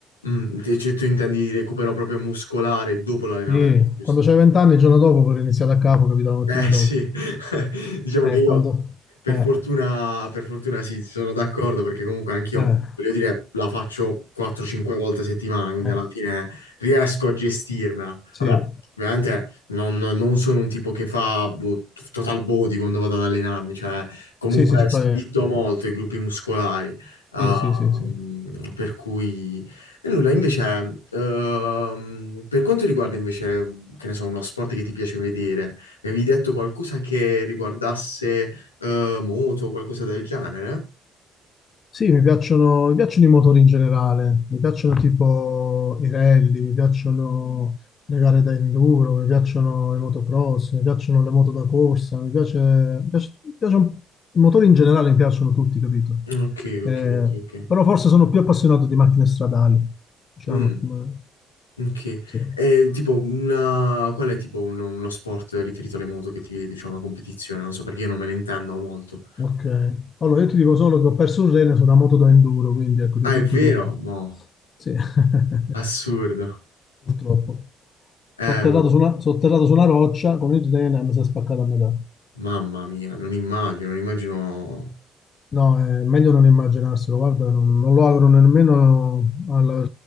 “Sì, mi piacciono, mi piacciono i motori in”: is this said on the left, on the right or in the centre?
Left